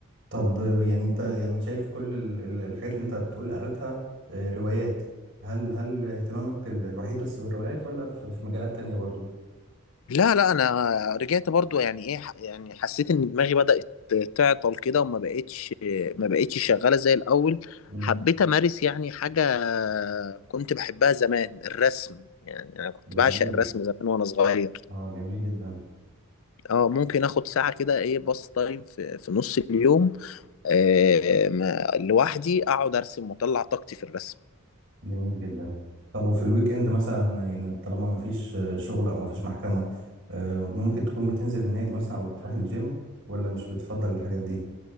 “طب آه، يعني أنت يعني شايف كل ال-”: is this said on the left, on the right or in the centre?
Right